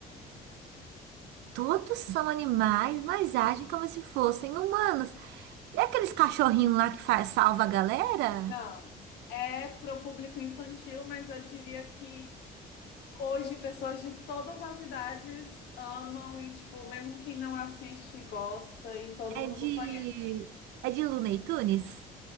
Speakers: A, on the right; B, on the left.
A: Todos são animais, mas agem como se fossem humanos. É aqueles cachorrinhos lá que faz, salva a galera?
B: Não. É para o público infantil, mas eu diria que hoje pessoas de todas as idades amam e, tipo, mesmo quem não assiste, gosta e todo
A: É
B: mundo
A: de.
B: conhece.
A: É de Looney Tunes?